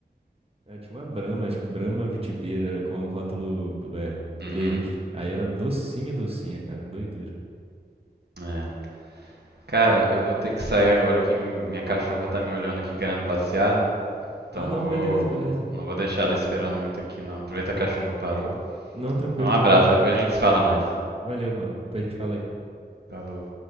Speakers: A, on the right; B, on the right.
A: É, tinha uma Brahma, acho que Brahma vitibira com um rótulo é,
B: Uhum,
A: verde. Aí era docinha, docinha, cara, doideira.
B: é. Cara, eu vou ter que sair agora que minha cachorra tá me olhando aqui querendo passear, então
A: Ah, não,
B: vou,
A: beleza, beleza.
B: não vou deixar ela esperando muito aqui não. Aproveita que a chuva parou.
A: Não, tranquilo,
B: Um abraço,
A: valeu.
B: depois a gente se fala mais.
A: Valeu, mano. Depois a gente fala aí.
B: Falou.